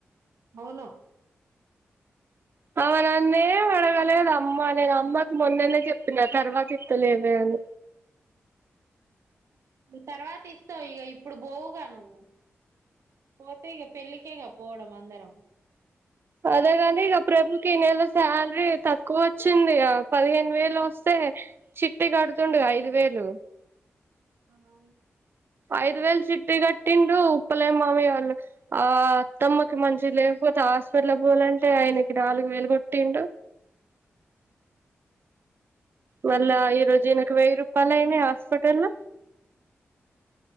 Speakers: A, on the right; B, on the right.
A: అవును
B: ఆమె నన్నే మీ అడగలేదు అమ్మ నేను అమ్మకి మొన్ననే చెప్పిన తర్వాత ఇస్తలేవే అని
A: తర్వాత ఇస్తావు ఇగ ఇప్పుడు బోవుగా నువ్వు పోతే ఇగ పెళ్లికేగా పోవడము దరం
B: అదేగాని ఇక ప్రభుకి ఈ నెల సాలరీ తక్కువ వచ్చింది పదిహేను వేలు వస్తే చిట్టి కడుతుండుగా ఐదు వేలు
A: ఆహా
B: ఐదు వేలు చిట్టి కట్టిండు ఉప్పలే మావయ్య వాళ్ల ఆ అత్తమ్మకి మంచి లేకపోతే హాస్పిటల్ పోవలంటే ఆయనకి నాలుగు వేలు కొట్టిండు మల్ల ఈరోజు ఇనకు వెయ్యి రూపాలు అయినాయి హాస్పిటల్ల